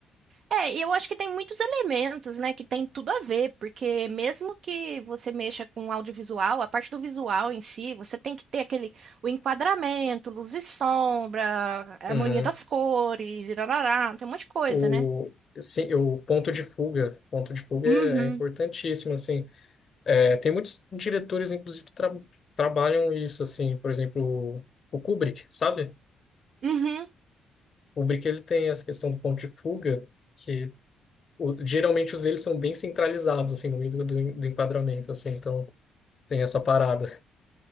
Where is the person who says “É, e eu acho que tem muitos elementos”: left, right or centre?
Right